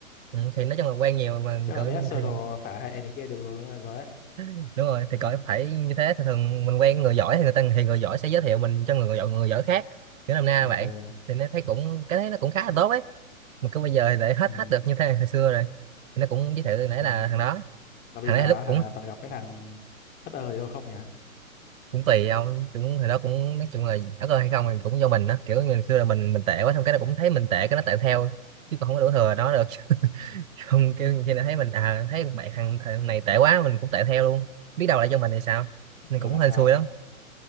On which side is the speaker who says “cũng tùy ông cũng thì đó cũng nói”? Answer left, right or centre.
Right